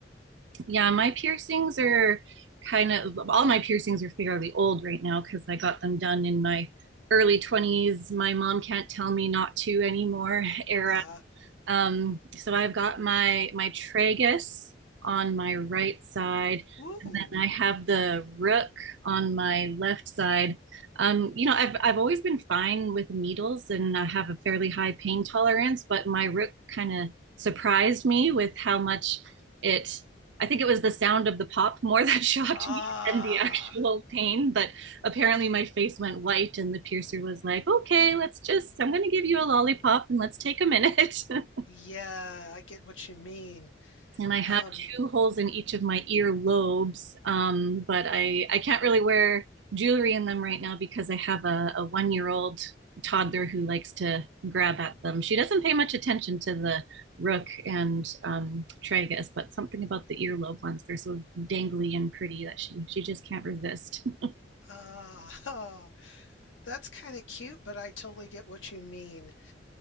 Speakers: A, on the right (about 70°); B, on the left (about 85°).
A: yeah. My piercings are kind of all my piercings are fairly old right now because I got them done in my early 20s. My mom can't tell me not to anymore <laughs> era.
B: Uh huh.
A: Um, so I've got my my tragus on my right side,
B: Ooh.
A: and then I have the rook on my left side. Um, you know, I've I've always been fine with needles, and I have a fairly high pain tolerance, but my rook kind of surprised me with how much it. I think it was the sound of the pop more <laughs> that shocked
B: Ah.
A: me than the actual pain. But apparently, my face went white, and the piercer was like, "Okay, let's just. I'm going to give you a lollipop, and let's take a minute." <laughs>
B: yeah, I get what you mean.
A: and I have
B: Um.
A: two holes in each of my ear lobes. Um, but I, I can't really wear jewelry in them right now because I have a, a one year old toddler who likes to grab at them. She doesn't pay much attention to the rook and um, tragus, but something about the earlobe ones, they're so dangly and pretty that she, she just can't resist. <laughs>
B: Uh, <laughs> that's kind of cute, but I totally get what you mean.